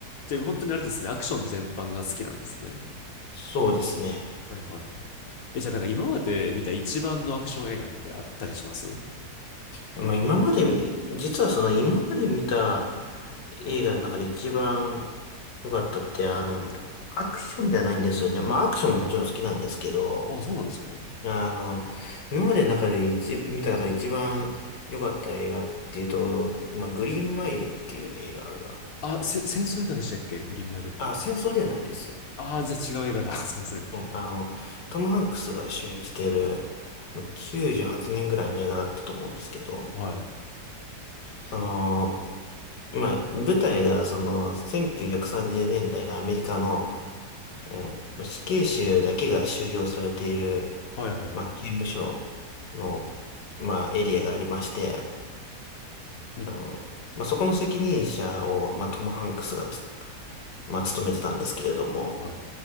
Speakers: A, on the left (about 60°); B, on the left (about 80°).
A: じゃあ、本当にあれですね、アクション全般が好きなんですね。
B: そうですね。
A: はいはいはい。え、じゃあ、なんか今まで見た一番のアクション映画ってあったりします
B: まあ今まで、実はその今まで見た映画の中で一番良かったって、あの、アクションではないんですよね。まあアクションももちろん好きなんですけど、
A: あ、そうなんですか
B: あの、今までの中で一、見た中で一番良かった映画っていうと、まあグリーンマイルっていう映画が、
A: あ、せ戦争映画でしたっけグリーンマイルって。
B: あ、戦争ではないです。
A: ああ、じゃあ違う映画だ。<laughs> すいません。
B: うんあの、トム・ハンクスが主演している、ま98年ぐらいの映画だったと思うんですけど、
A: はい。
B: その、まあ、舞台がその1930年代のアメリカの、えーま死刑囚だけが収容されている、
A: はいはいはい。
B: まあ、刑務所の、まあ、エリアがありまして、
A: うんう
B: あの、まあ、そこの責任者を、まあ、トム・ハンクスがつまあ、務めてたんですけれども、
A: んはい。